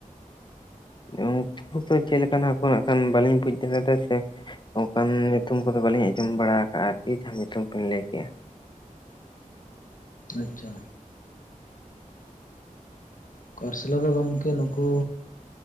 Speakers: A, on the left (about 35°); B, on the left (about 70°).
A: ᱩᱱᱠᱩ ᱫᱚ ᱪᱮᱫᱞᱮᱠᱟᱱ ᱦᱟᱹᱠᱩ ᱮᱱᱠᱷᱟᱱ ᱵᱟᱞᱤᱧ ᱵᱩᱡ ᱫᱟᱲᱮᱭᱟᱫᱟ ᱥᱮ, ᱚᱱᱠᱟᱱ ᱧᱩᱛᱩᱢ ᱠᱚᱫᱚ ᱵᱟᱹᱞᱤᱧ ᱟᱸᱡᱚᱢ ᱵᱟᱲᱟ ᱟᱠᱟᱟᱜᱼᱟ, ᱟᱨᱠᱤ ᱡᱟᱦᱟᱸ ᱧᱩᱛᱩᱢ ᱠᱤᱱ ᱞᱟᱹᱭᱠᱮᱜᱼᱟ,
B: ᱟᱪᱪᱷᱟ, ᱠᱟᱨᱥᱤᱞᱟ ᱫᱚ ᱜᱚᱝᱠᱮ ᱱᱩᱠᱩ